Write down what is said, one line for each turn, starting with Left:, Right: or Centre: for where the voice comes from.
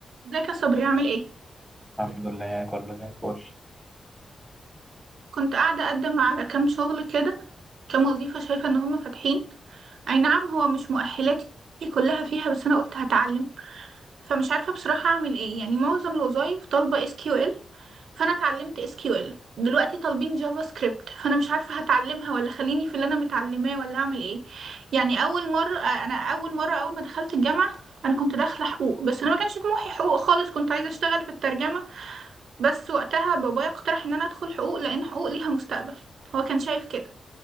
Right: ازيك يا صبري عامل ايه
Centre: الحمد لله كله زي الفل
Right: كنت قاعده اقدم على كام شغل كده كام وظيفه شايفه ان هم فاتحين اي نعم هو مش مؤهلاتي كلها فيها بس انا قلت هتعلم فمش عارفه بصراحه اعمل ايه يعني معظم الوظايف طالبه اس كيو ال فانا اتعلمت اس كيو ال دلوقتي طالبين جافا سكريبت فانا مش عارفه هتعلمها ولا خليني في اللي انا متعلماه ولا اعمل ايه يعني اول مره انا اول مره اول ما دخلت الجامعه انا كنت داخله حقوق بس انا ما كانش طموحي حقوق خالص كنت عايزه اشتغل في الترجمه بس وقتها بابايا اقترح ان انا ادخل حقوق لان حقوق ليها مستقبل هو كان شايف كده